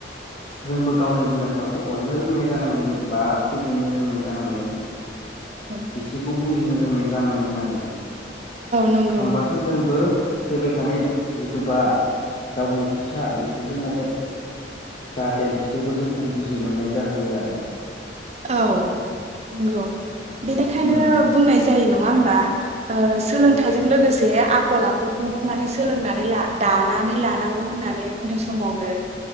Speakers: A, on the left (about 35°); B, on the right (about 35°).
A: जोंबो गावनि बिमा बिफाखौ अननो रोंनाय जानांगोन बा सिबिनो रोंनाय जानांगोन।
B: औ
A: बिसोरखौ बुजिनो रोंनाय जानांगोन आरो
B: नंगौ
A: होमबासो जोंबो फैबाय थानाय जिथु बा गावनि फिसा बेफोरजों माने जाहाथे बिसोरबो जोंखौ बुजि मोननाय जाहोयो आरो।
B: औ नंगौ बेनिखायनो
A: उम
B: बुंनायसै जायो नङा होमबा ओ सोलोंथाइजों
A: औ
B: लोगोसे से आखल आखुखौबो माने सोलोंनानै दानानै लानांगौ होननानै उन्दै समावनो